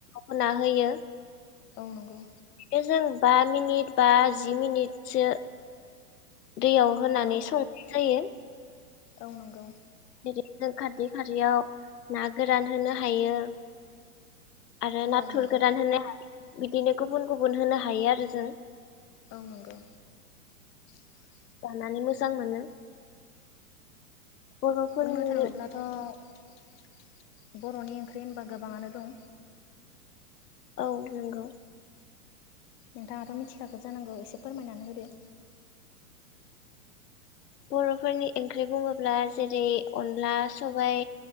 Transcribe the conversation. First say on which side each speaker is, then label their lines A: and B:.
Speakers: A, on the left; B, on the left.
A: होना होयो।
B: औ नंगौ‌
A: बे जों बा मिनिट बा जि मिनिटसो दैयाव होनानै
B: औ
A: संनाय जायो।
B: औ नंगौ।
A: जों खारदै खारदैयाव ना गोरान होनो हायो आरो नाथुर
B: औ नंगौ
A: गोरान होनो बिदिनो गुबुन गुबुन होनो हायो आरो जों।
B: औ नंगौ <inaudible>
A: जानानै मोजां मोनो। बर'फोरनि
B: बुंनो थाङोब्लाथ' बर'नि ओंख्रि होनबा गोबाङानो दं।
A: औ नोंगौ।
B: नोंथाङाथ' मिथिखाखौ जानांगौ एसे फोरमायनानै होदो।
A: बर'फोरनि ओंख्रि बुङोब्ला जेरै अनला सबाइ